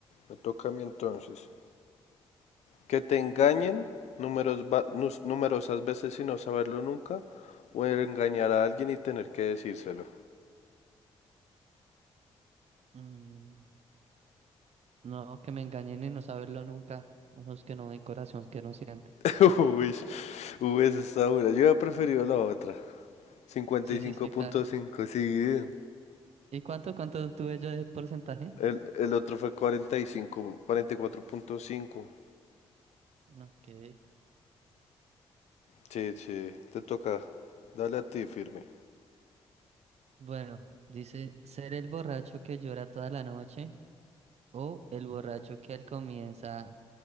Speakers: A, on the left; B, on the right.
A: Me toca a mí entonces. Que te engañen numeros va- nus- numerosas veces y no saberlo nunca, o engañar a alguien y tener que decírselo.
B: Mm, no, que me engañen y no saberlo nunca. Ojos que no ven, corazón que no siente.
A: <laughs> Uy, uy, esa está dura. Yo he preferido la otra. 55.5,
B: Sí, sí, sí, claro.
A: sí.
B: ¿Y cuánto, cuánto tuve yo de porcentaje?
A: El, el otro fue cuarenta cuarenta y cinco cuarenta y cuatro punto cinco
B: Ok.
A: Sí, sí, te toca. Dale a ti, firme.
B: Bueno, dice ser el borracho que llora toda la noche o el borracho que al comienza